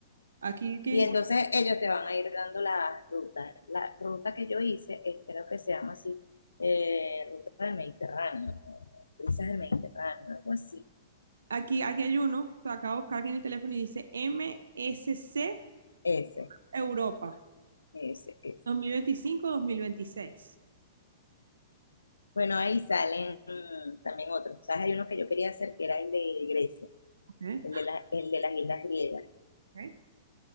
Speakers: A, on the right; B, on the left.
A: Aquí, que
B: Y
A: dice-
B: entonces ellos te van a ir dando las rutas. La ruta que yo hice, eh, creo que se llama así, eh, Ruta del Mediterráneo, Brisas del Mediterráneo, algo así.
A: aquí, aquí hay uno, o sea, acabo de buscar aquí en el teléfono y dice M S C
B: Ese,
A: Europa
B: ese, ese.
A: 2025-2026.
B: Bueno, ahí salen mm, también otros. ¿Sabes? Hay uno que yo quería hacer que era el de Grecia,
A: Ok.
B: el de la- el de las islas griegas.
A: Ok.